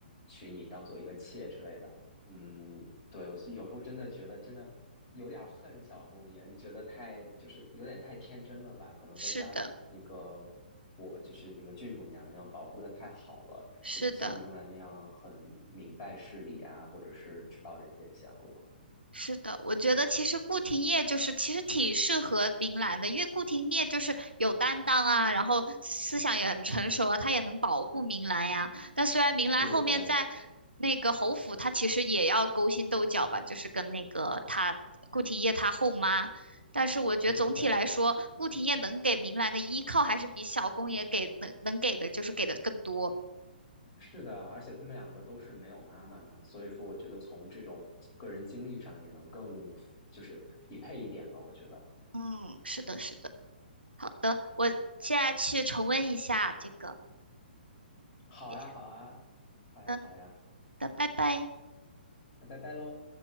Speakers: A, on the left; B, on the right.
A: 娶你当做一个妾之类的。嗯，对，我是有时候真的觉得真的有点儿恨小公爷，就觉得太就是有点太天真了吧，可能被他那个我就是那个郡主娘娘保护的太好了，
B: 是的，是的。
A: 就不像明兰那样很明白事理啊，或者是知道人间险恶。
B: 是的，我觉得其实顾廷烨就是其实挺适合明兰的，因为顾廷烨就是有担当啊，然后思想也很成熟啊，他也能保护明兰呀。但虽然明兰后面在那个侯府，
A: 对对
B: 他其实也要勾心斗角吧，就是跟那个他顾廷烨他后妈。但是我觉得总体来说，
A: 对对对对，
B: 顾廷烨能给明兰的依靠还是比小公爷给能能给的，就是给的更多。
A: 是的，而且他们两个都是没有妈妈嘛，所以说我觉得从这种个人经历上也能更就是匹配一点吧，我觉得。
B: 嗯，是的，是的。好的，我现在去重温一下这个
A: 好呀好呀，
B: 点。
A: 好呀好呀，
B: 嗯。的，拜拜。
A: 那拜拜喽。